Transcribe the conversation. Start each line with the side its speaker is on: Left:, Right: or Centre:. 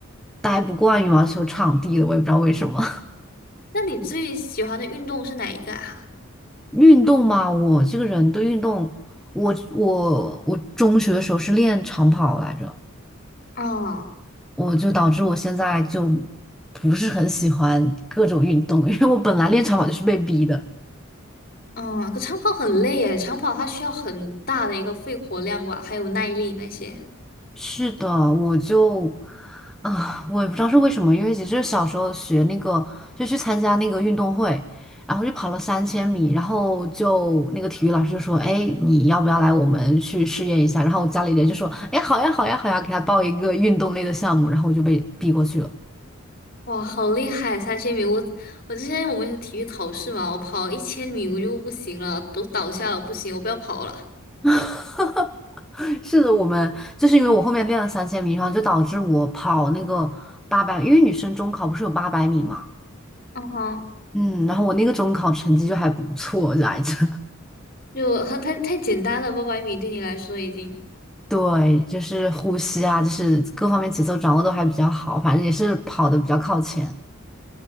Centre: 待不惯羽毛球场地的，我也不知道为什么。
Left: 那你最喜欢的运动是哪一个啊？
Centre: <laughs> 运动嘛，我这个人对运动，我我我中学的时候是练长跑来着，
Left: 哦，
Centre: 我就导致我现在就不是很喜欢各种运动，因为我本来练长跑就是被逼的。
Left: 嗯，可长跑很累诶，长跑它需要很大的一个肺活量吧，还有耐力那些。
Centre: 是的，我就啊、我也不知道是为什么，因为其实小时候学那个，就去参加那个运动会，然后就跑了三千米，然后就那个体育老师就说：“哎，你要不要来我们去试验一下？”然后我家里人就说：“哎，好呀，好呀，好呀，给他报一个运动类的项目。”然后我就被逼过去了。
Left: 哇，好厉害！三千米，我我之前我们有体育考试嘛，我跑一千米我就不行了，都倒下了，不行，我不要跑了，
Centre: <laughs> 是的，我们就是因为我后面练了三千米，然后就导致我跑那个八百，因为女生中考不是有八百米嘛，
Left: 嗯哼，
Centre: 嗯，然后我那个中考成绩就还不错来着。
Left: 就很太太简单了，八百米对你来说已经，
Centre: 对，就是呼吸啊，就是各方面节奏掌握都还比较好，反正也是跑的比较靠前。